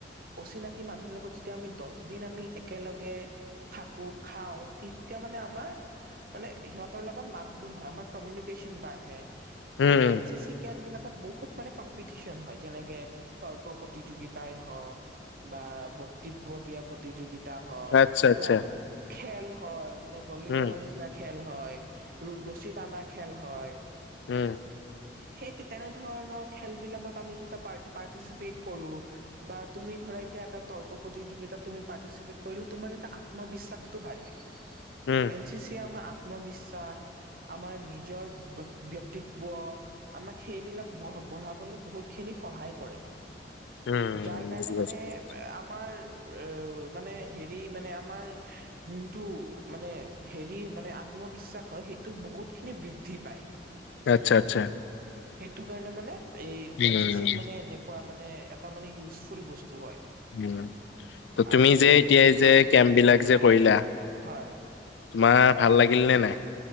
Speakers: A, on the right; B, on the left.
A: অচিনাকি মানুহৰ লগত যেতিয়া আমি, দচ দিন আমি একেলগে, থাকো, খাওঁ তেতিয়া মানে আমাৰ মানে সিহঁতৰ লগত মাত বোল হয়, আমাৰ কমিউনিকেশ্যন বাঢ়ে।
B: উম
A: আৰু এন চি চি কেম্পবিলাকত বহুত মানে কম পিটিচন হয়। যেনেকে তৰ্ক প্ৰতিযোগিতাই হওঁক, বা বক্তিত্ব দিয়া প্ৰত তিযোগিতা হওঁক,
B: আচ্ছা আচ্ছা
A: বা খেল হয় মানে ভ
B: উম
A: বলৰ নিচিনা খেল হয়, ৰো ৰছী টানা খেল হয়
B: ওম।
A: সেই তেনেধৰণৰ খেলবিলাকত আমি যেতিয়া পাৰত পাৰতিসিপেট কৰো বা তুমি ধৰা এতিয়া এটা তৰ্ক প্ৰতিযোগিতাত তুমি পাৰ্টিচিপেট কৰিলে, তোমাৰ এটা আত্মবিশ্বাসটো বাঢ়ে।
B: উ।
A: <unintelligible> আমা আত্মবিশ্বাস, আমাৰ নিজৰ ব্যক্তিব্য আমাক সেইবিলাক বঢ বঢ়াবলে বহুতখিনি সহায় কৰে।
B: উম
A: যাৰ কাৰণে
B: বুজি
A: মানে
B: পাইছো বুজি
A: আমাৰ এ মানে হেৰি মানে আমাৰ যোনটো মানে হেৰি মানে আত্মবিশ্বাস হয় সেইটো বহুতখিনি বৃদ্ধি পায়।
B: আত্চ্ছা আত্চ্ছা।
A: সেইটো কাৰণে মানে এই
B: উম
A: এন চি চিত মানে এনেকুৱা মানে এটা মানে ইউজফুল বস্তু হয়।
B: উম ত তুমি
A: আৰু
B: যে এতিয়া এই
A: হয়
B: যে কেম্পবিলাক যে কৰিলা
A: হয়
B: তোমাৰ ভাল লাগিল নে নাই?